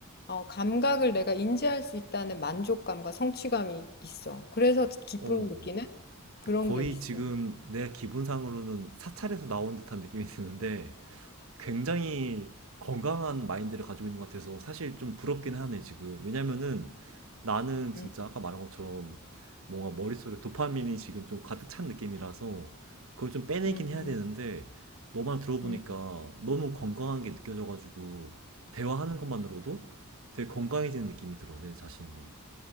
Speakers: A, on the left; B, on the right.
A: 어, 감각을 내가 인지할 수 있다는 만족감과 성취감이 있어. 그래서 기쁨을
B: 어.
A: 느끼는 그런
B: 거의
A: 게 있어.
B: 지금 내 기분상으로는 사찰에서 나온 듯한 느낌이 드는데 굉장히 건강한 마인드를 가지고 있는 것 같아서 사실 좀 부럽긴 하네, 지금. 왜냐면은 나는 진짜
A: 음,
B: 아까 말한 것처럼 뭔가 머릿속에 도파민이 지금 좀 가득 찬 느낌이라서 그걸 좀 빼내긴
A: 음,
B: 해야
A: 음,
B: 되는데 너만 들어보니까
A: 음.
B: 너무 건강한 게 느껴져가지고 대화하는 것만으로도 되게 건강해지는 느낌이 들어, 내 자신이.